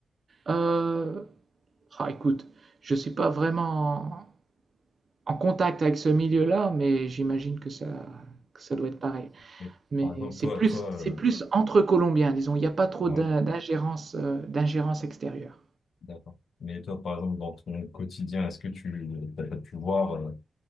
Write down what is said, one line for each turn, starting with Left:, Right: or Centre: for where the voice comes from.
Right: Euh, ah, écoute, je suis pas vraiment en, en contact avec ce milieu-là, mais j'imagine que ça, que ça doit être pareil.
Left: Mais
Right: Mais
Left: par exemple,
Right: c'est
Left: toi,
Right: plus,
Left: toi,
Right: c'est
Left: euh,
Right: plus entre Colombiens, disons. Il n'y a pas trop
Left: ouais.
Right: d'in- d'ingérence, euh, d'ingérence extérieure.
Left: D'accord. Mais toi, par exemple, dans ton quotidien, est-ce que tu as pu voir, euh,